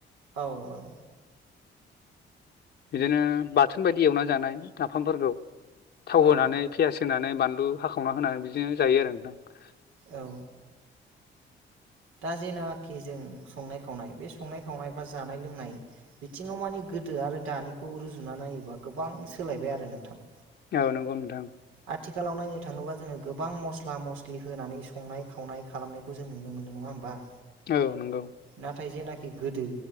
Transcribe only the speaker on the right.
औ औ।
औ
औ। दा जेनाखि जों संनाय-खावनाय बे संनाय-खावनाय बा जानाय लोंनाय बिथिङाव मानि गोदो आरो दानिखौ रुजुना नायोबा गोबां सोलायबाय आरो नोंथां।
आथिखालाव नायनो थाङोबा जोङो गोबां मस्ला- मस्लि होनानै संनाय-खावनाय खालामनायखौ जों नुनो मोनो। नङा होमबा?
नाथाय जेनाखि गोदो